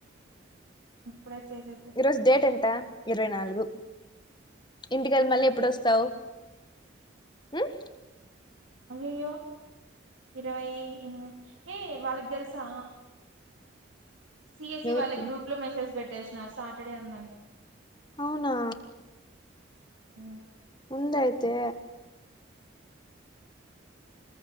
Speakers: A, on the right (about 85°); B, on the left (about 25°).
A: ఇప్పుడే చేసేసి
B: ఈరోజు డేట్ ఎంత ఇరవై నాలుగు ఇంటికెళ్లి మళ్ళీ ఎప్పుడు వస్తావు ఉమ్?
A: అయయ్యో ఇరవై ఏ వాళ్ళకి తెలుసా సిఎస్ఈ
B: ఎవరికి
A: వాళ్ళ గ్రూప్ లో మెసేజ్ పెట్టేసినారు సాటర్డే అందని
B: అవునా
A: ఉమ్
B: ముందైతే